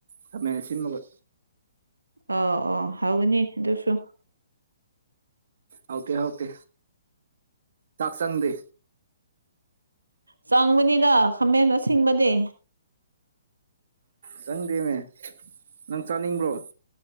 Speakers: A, on the right (about 60°); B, on the right (about 80°).
A: ꯈꯥꯃꯦꯟ ꯑꯁꯤꯟꯕꯒ
B: ꯑꯣ ꯑꯣ ꯍꯧꯕꯅꯤ ꯑꯗꯨꯁꯨ
A: ꯍꯥꯎꯇꯦ ꯍꯥꯎꯇꯦ ꯆꯥꯛ ꯆꯪꯗꯦ
B: ꯆꯥꯡꯕꯅꯤꯗ ꯈꯥꯃꯦꯟꯕ ꯑꯁꯤꯡꯕꯗꯤ
A: ꯆꯪꯗꯦꯃꯤ ꯅꯪ ꯆꯥꯅꯤꯡꯕ꯭ꯔꯣ